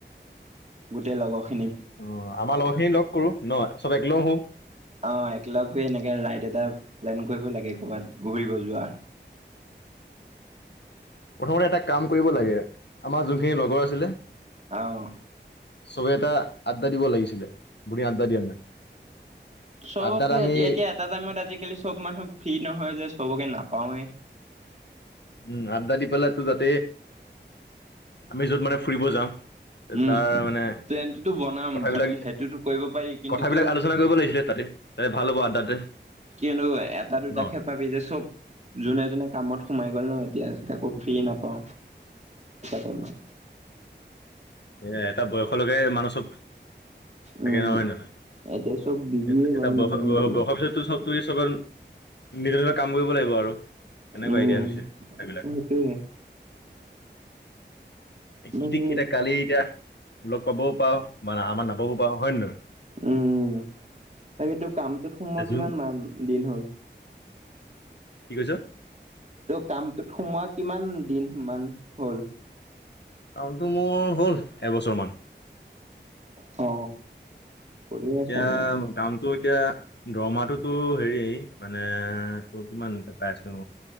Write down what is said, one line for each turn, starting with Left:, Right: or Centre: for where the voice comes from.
Right: গোটেই লগৰ খি-
Left: অ আমাৰ লগত খিনি লগ কৰো ন চব একে লগ হো
Right: অ একলগ হৈ এনেকে ৰাইদ এট- এটা প্লেন কৰিব লাগে ক'বাত ঘূৰিব যোৱা-
Left: প্ৰথমতে এটা কাম কৰিব লাগে আমাৰ যোনখিনি লগৰ আছিলে।
Right: আহ
Left: চবে এটা আড্ডা দিব লাগিছিলে বঢ়িয়া আড্ডা দিয়া নাই।
Right: চবকে
Left: আড্ডাত আমি
Right: এতিয়া এটা টাইমত আজিকালি চব মানুহ ফ্ৰী নহয় যে সবকে নাপ- পাওৱে।
Left: উম আড্ডা দি পেলাই দি তাতে আমি যত মানে ফুৰিব যাম।
Right: উম,
Left: তাৰ মানে
Right: প্লেনটোতো বনাম
Left: কথাবিলাক
Right: ভাবি সেইটোতো কৰিব পাৰি কিন্তু
Left: কথাবিলাক
Right: তোৰ
Left: আলোচনা কৰিব লাগিছিলে তাৰ। হে ভাল হ'ব আড্ডাতে
Right: কিয়নো এটা দুটা
Left: ন
Right: খে পাবি যে চব যোনে যোনে কামত সোমাই গল ন এতিয়া কাকো ফ্ৰী নাপাওঁ ত মই।
Left: এ এটা বয়সলৈকে মানুহ চব থাকে
Right: উম।
Left: হয় নহয়
Right: এতিয়া চব বিজিয়ে
Left: এ
Right: বাৰু নিজৰ নিজৰ লাইফ
Left: বয়সৰ পাছতো চব তু চবেন নিজৰ নিজৰ কাম কৰিব লাগিব আৰু। তেনেকুৱা
Right: উম।
Left: এইডিয়া হৈছে সেইবিলাক
Right: সেইটোয়ে
Left: কি
Right: বাকী
Left: ঠিক এতিয়া কালি এতিয়া লগ পাবও পাওঁ বা আমাৰ নাপাবও পাওঁ হয় নে নহয়?
Right: উম তাকেই তো কামটোত সোমোৱা
Left: জুন
Right: কিমান মান দিন হ'ল।
Left: কি কৈছ?
Right: ত কামটোত সোমোৱা কিমান দিন মান হ'ল?
Left: কামটো মোৰ হ'ল এবছৰমান।
Right: অ কৰি
Left: এতিয়া
Right: আছ মানে।
Left: কামটো এতিয়া দৰমহাটোতো হেৰি মানে ত কিমান এয়া পাইছো।